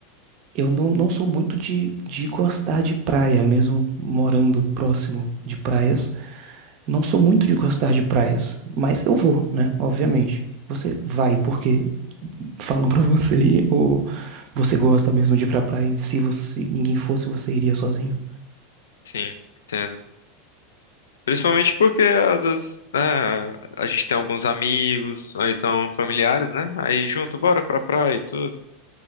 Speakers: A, on the right (about 45°); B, on the left (about 65°).
A: Eu não, não sou muito de, de gostar de praia, mesmo morando próximo de praias. Não sou muito de gostar de praias, mas eu vou, né? Obviamente. Você vai porque falam pra <laughs> você ir ou você gosta mesmo de ir pra praia? e Se você, ninguém fosse, você iria sozinho?
B: Sim, entendo. Principalmente porque às vezes, né, a gente tem alguns amigos, ou então familiares, né? Aí junto, bora pra praia e tudo.